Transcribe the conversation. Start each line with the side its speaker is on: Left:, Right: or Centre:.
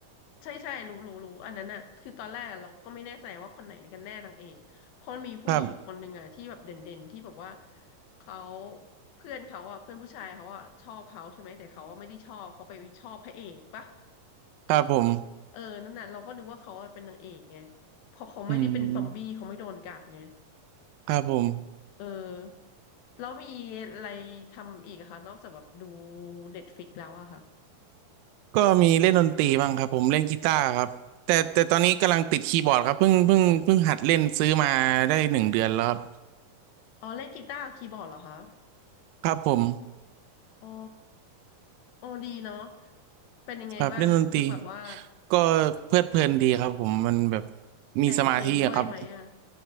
Left: ใช่ใช่รู้รู้รู้อันนั้นอะคือตอนแรกเราก็ไม่แน่ใจว่าคนไหนกันแน่นางเอกเพราะมันมีผู้หญิงอีกคนหนึ่งอะที่แบบเด่นๆที่แบบว่า
Right: ครับ
Left: เขาเพื่อนเขาอะเพื่อนผู้ชายเขาอะชอบเขาใช่ไหมแต่เขาอะไม่ได้ชอบเขาไปชอบพระเอกปะ
Right: ครับผม
Left: เออนั่นน่ะเราก็นึกว่าเขาอะเป็นนางเอกไงเพอเขาไม่ได้เป็นซอมบี้เขาไม่โดนกัดไง
Right: อืมครับผม
Left: เออแล้วมีอะไรทำอีกอะคะนอกจากแบบดูเด็ดฟิกแล้วอะค่ะ
Right: ก็มีเล่นดนตรีบ้างครับผมเล่นกีตาร์ครับแต่แต่ตอนนี้กำลังติดคีย์บอร์ดครับเพิ่งเพิ่งเพิ่งหัดเล่นซื้อมาได้หนึ่งเดือนแล้วครับ
Left: อ๋อเล่นกีตาร์กับคีย์บอร์ดเหรอคะ
Right: ครับผม
Left: อ๋อโอ้ดีเนาะเป็นยังไงบ้างคือแบบว่า
Right: ครับเล่นดนตรีก็เพลิดเพลินดีครับผมมันแบบมีสมาธิอะครับ
Left: แต่งเพลงด้วยไหมอะ